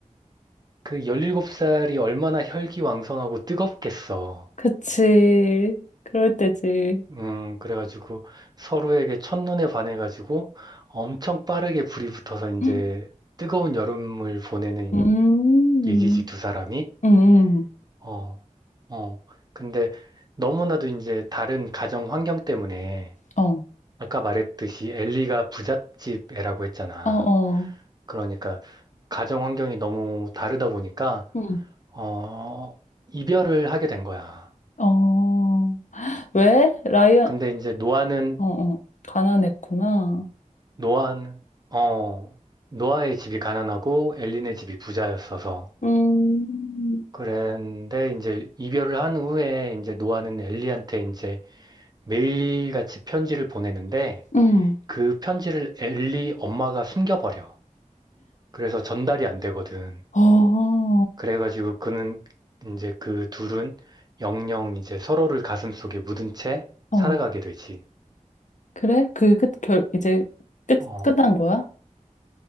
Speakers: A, on the right; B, on the left.
A: 그 17살이 얼마나 혈기왕성하고 뜨겁겠어.
B: 그치. 그럴 때지.
A: 음, 그래가지고 서로에게 첫눈에 반해가지고 엄청 빠르게 불이 붙어서 이제
B: 음,
A: 뜨거운 여름을 보내는
B: 음,
A: 얘기지, 두 사람이.
B: 음.
A: 어, 어. 근데 너무나도 이제 다른 가정 환경 때문에,
B: 어,
A: 아까 말했듯이 엘리가 부잣집 애라고 했잖아.
B: 어, 어.
A: 그러니까 가정 환경이 너무 다르다 보니까
B: 음.
A: 어 이별을 하게 된 거야.
B: 어. 왜? 라이언,
A: 근데 이제 노아는
B: 어, 어. 가난했구나.
A: 노아는 어 노아의 집이 가난하고 엘린의 집이 부자였어서
B: 음,
A: 그런데 이제 이별을 한 후에 이제 노아는 엘리한테 이제 매일같이 편지를 보내는데
B: 음.
A: 그 편지를 엘리 엄마가 숨겨버려. 그래서 전달이 안 되거든.
B: 어,
A: 그래가지고 그는 이제 그 둘은 영영 이제 서로를 가슴속에 묻은 채
B: 어.
A: 살아가게 되지.
B: 그래? 그 끝, 결, 이제 끝,
A: 어,
B: 끝난 거야?